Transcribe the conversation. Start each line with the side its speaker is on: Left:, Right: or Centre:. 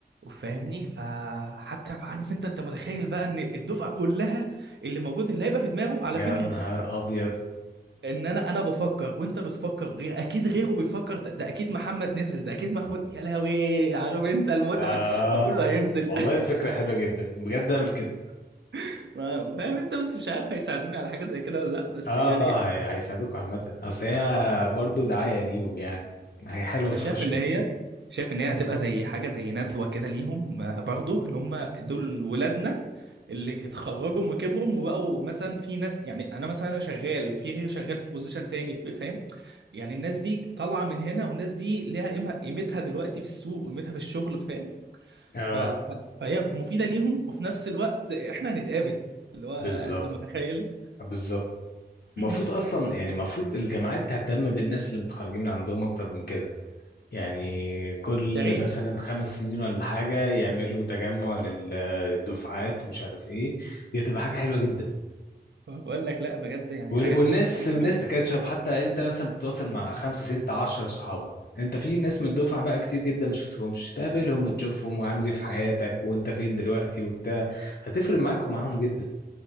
Right: فاهمني فحتى عارف أنت أنت متخيل بقى إن الدفعة كلها اللي موجود اللي هيبقى في دماغه على
Left: يا
Right: فكرة
Left: نهار ابيض
Right: ان انا انا بفكر وانت بتفكر غير اكيد غيره بيفكر ده ده اكيد محمد نزل ده اكيد محمود يا لهوي عارف انت المتعه
Left: اه
Right: فكله هينزل
Left: والله فكرة حلوة جدا بجد اعمل كده
Right: <laughs> ما- فاهم انت بس مش عارف هيساعدوني على حاجه زي كده ولا لا بس
Left: اه
Right: يعني
Left: اه هي- هيساعدوك عامة اصل هي برضه دعاية ليهم يعني هي حلوة
Right: انا
Left: في
Right: شايف
Left: وشهم
Right: ان هي شايف ان هي هتبقى زي حاجه زي ندوه كده ليهم آه، برضو ان هم دول ولادنا اللي اتخرجوا وكبروا وبقوا مثلا في ناس يعني انا مثلا انا شغال في غيري شغال في بوزيشن تاني في- فاهم يعني الناس دي طالعه من هنا والناس دي ليها قيمة- قيمتها دلوقتي في السوق وقيمتها في الشغل فاهم
Left: اه
Right: ف... ف- فهي مفيده ليهم وفي نفس الوقت احنا هنتقابل اللي هو انت
Left: بالظبط
Right: متخيل
Left: بالظبط
Right: <clears throat>
Left: المفروض اصلا يعني المفروض الجامعات تهتم بالناس اللي متخرجين من عندهم اكتر من كده يعني كل
Right: يا ريت
Left: مثلا خمس سنين ولا حاجه يعملوا تجمع لل- للدفعات ومش عارف ايه دي هتبقى حاجه حلوه جدا
Right: بقول لك لا بجد يعني
Left: وال-
Right: حاجه
Left: والناس
Right: حاجه جميله
Left: والناس تكاتشب حتى انت مثلا بتتواصل مع خمسه سته عشره صحابك انت في ناس من الدفعه بقى كتير جدا مش بتشوفهمش تقابلهم وتشوفهم وعامل ايه في حياتك وانت فين دلوقتي وبتاع هتفرق معاك ومعاهم جدا